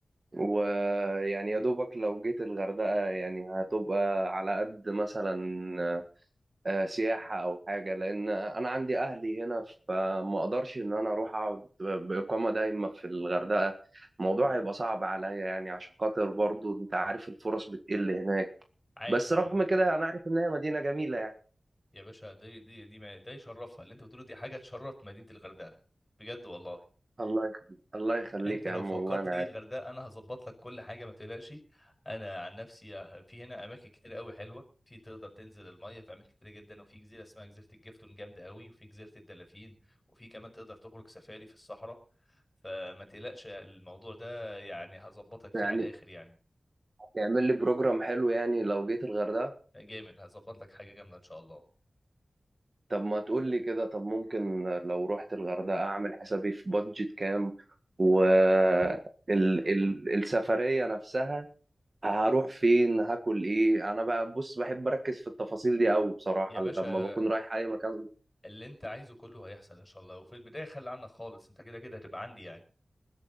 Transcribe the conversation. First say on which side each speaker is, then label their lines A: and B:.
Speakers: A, on the right; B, on the left.
A: ويعني يا دوبك لو جيت الغردقة يعني هتبقى على قد مثلا آه، سياحة أو حاجة لأن أنا عندي أهلي هنا فما أقدرش إن أنا أروح أقعد بإقامة دايمة في الغردقة الموضوع
B: مم.
A: هيبقى صعب عليا يعني عشان خاطر برضو أنت عارف الفرص بتقل هناك
B: عارف
A: بس
B: عارف
A: رغم كده أنا عارف إن هي مدينة جميلة يعني
B: يا باشا دي دي دي ما ده يشرفها اللي انت بتقوله دي حاجه تشرف مدينه الغردقه بجد والله
A: الله يخليك الله يخليك
B: انت لو
A: يا عم
B: فكرت
A: والله أنا
B: تيجي
A: عارف
B: الغردقه انا هظبط لك كل حاجه ما تقلقش انا عن نفسي ه- في هنا اماكن كتير قوي حلوه في تقدر تنزل الميه في اماكن كتير جدا وفي جزيره اسمها جزيره الجفتون جامده قوي وفي جزيره الدلافين وفي كمان تقدر تخرج سفاري في الصحراء فما تقلقش الموضوع ده يعني هظبطك فيه
A: يعني
B: على الاخر يعني
A: تعمل لي بروجرام حلو يعني لو جيت الغردقة
B: جامد هظبط لك حاجه جامده ان شاء الله
A: طب ما تقول لي كده طب ممكن لو رحت الغردقة أعمل حسابي في بادجت كام و
B: آه.
A: ال ال السفرية نفسها هروح فين هاكل ايه انا بقى بص بحب اركز في التفاصيل دي قوي بصراحه
B: يا باشا
A: لما بكون رايح اي مكان
B: اللي انت عايزه كله هيحصل ان شاء الله وفي البدايه خلي عنك خالص انت كده كده هتبقى عندي يعني